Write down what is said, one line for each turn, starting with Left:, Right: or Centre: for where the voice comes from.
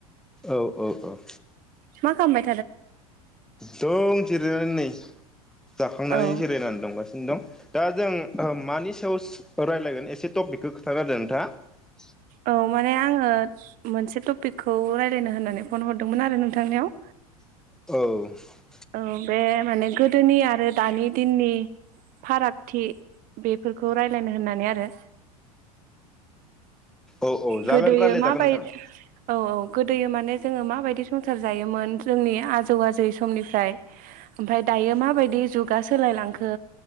Centre: औ औ औ ।
Right: मा खामबाय
Centre: दं जिरायनानै नै । जाखांनानै
Right: औ
Centre: जिरायनानै दंगासिनो दं दा जों मानि सायाव रायज्लायगोन एसे टपिकखौ खोथानाहोदो नोंथाङा ।
Right: औ माने आङो मोनसे टपिकखौ रायलायनो होननानै फन हरदोंमोन आरो नोंथांनियाव
Centre: औ ।
Right: औ बे माने गोदोनि आरो दानि दिननि फारागथि बेफोरखौ रायलायनो होननानै आरो
Centre: औ औ जागोन
Right: गोदोयो
Centre: रायलाय
Right: माबायदि
Centre: जागोन नोंथां।
Right: औ औ गोदोयो माने जोङो माबायदि संसार जायोमोन जोंनि आजौ आजै समनिफ्राय ओमफ्राय दायो माबायदि जुगा सोलायलांखो